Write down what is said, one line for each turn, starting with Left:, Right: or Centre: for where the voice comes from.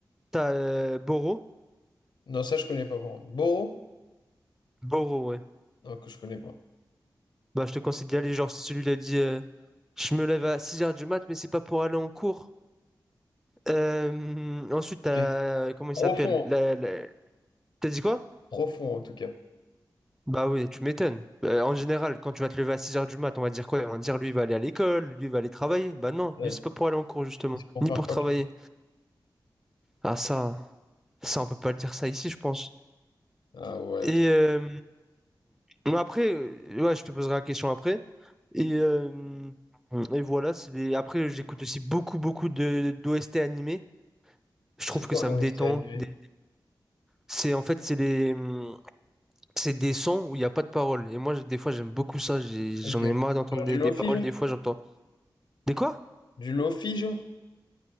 Centre: t'as euh, Boro.
Left: Non, ça je connais pas par contre. Boro?
Centre: Boro, ouais.
Left: Non, que je connais pas.
Centre: Bah, je te conseille d'y aller. Genre, c'est celui qui dit euh, Je me lève à 6 heures du mat, mais c'est pas pour aller en cours. Euh, ensuite, t'as.
Left: Ok.
Centre: euh, Comment il
Left: Profond,
Centre: s'appelle
Left: hein.
Centre: La- la- T'as dit quoi?
Left: Profond en tout cas.
Centre: Bah oui, tu m'étonnes. Euh, en général, quand tu vas te lever à six heures du mat, on va dire quoi? On va dire lui, il va aller à l'école, lui, il va aller travailler. Bah non,
Left: Ouais.
Centre: lui, c'est pas pour aller en cours, justement,
Left: C'est pour
Centre: ni
Left: faire
Centre: pour
Left: quoi
Centre: travailler.
Left: tu penses?
Centre: Ah ça, ça, on peut pas le dire ça ici, je pense.
Left: Ah ouais.
Centre: Et
Left: trop.
Centre: euh, mais après, euh, ouais, je te poserai la question après. Et, euh, et voilà, c'est les- après, j'écoute aussi beaucoup, beaucoup de d'OST animés. Je trouve
Left: C'est
Centre: que
Left: quoi?
Centre: ça
Left: Ouais,
Centre: me détend.
Left: c'était animé.
Centre: Des- C'est en fait, c'est les, hum, c'est des sons où il n'y a pas de paroles. Et moi, j'ai- des fois, j'aime beaucoup ça. J'ai- J'en
Left: Ok.
Centre: ai marre d'entendre
Left: Genre
Centre: des,
Left: du lofi,
Centre: des paroles.
Left: genre?
Centre: Des fois, j'entends. Des quoi?
Left: Du lofi, genre?